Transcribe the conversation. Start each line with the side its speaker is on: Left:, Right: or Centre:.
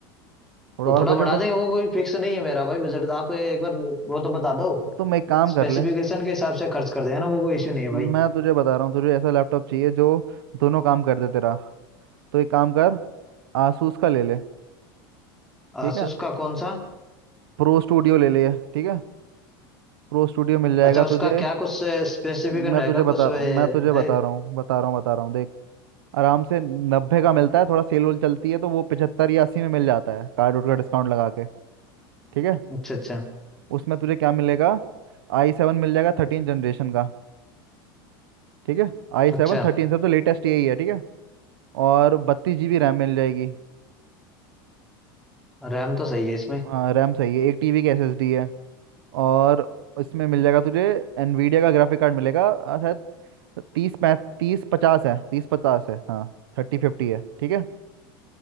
Right: थोड़ा
Centre: तो
Right: और
Centre: थोड़ा
Right: बजट
Centre: बढ़ा देंगे वो कोई फिक्स नहीं है मेरा भाई बजट तो आप एक बार वो तो बता दो
Right: अब तुम एक काम
Centre: स्पेसिफिकेशन
Right: कर ले
Centre: के हिसाब से खर्च कर देंगे ना वो कोई इश्यू नहीं है भाई
Right: मैं तुझे बता रहा हूँ तुझे ऐसा लैपटॉप चाहिए जो दोनों काम कर दे तेरा तो एक काम कर आसूस का ले ले ठीक
Centre: आसूस
Right: है
Centre: का कौन सा
Right: प्रो स्टूडियो ले ले ठीक है प्रो स्टूडियो मिल जाएगा
Centre: अच्छा उसका
Right: तुझे
Centre: क्या कुछ स्पेसिफिकेशन
Right: मैं
Centre: रहेगा
Right: तुझे बता
Centre: कुछ वे-
Right: रहा हूँ मैं तुझे बता
Centre: है
Right: रहा हूँ बता रहा हूँ बता रहा हूँ देख आराम से नब्बे का मिलता है थोड़ा सेल वोल चलती है तो वो पचहत्तर या अस्सी में मिल जाता है कार्ड वोड का डिस्काउंट लगा के ठीक है
Centre: अच्छा अच्छा
Right: उसमें तुझे क्या मिलेगा आई सेवन मिल जाएगा थर्टीन जनरेशन का ठीक है आई सेवन
Centre: अच्छा
Right: थर्टीन सबसे लेटेस्ट यही है ठीक है और बत्तीस जी बी रैम मिल जाएगी
Centre: रैम तो सही है इसमें
Right: हाँ रैम सही है एक टी बी की एस एस डी है और इसमें मिल जाएगा तुझे एनवीडिया का ग्राफिक कार्ड मिलेगा अ, शायद तीस पै तीस पचास है तीस पचास है हाँ थर्टी फिफ्टी है ठीक है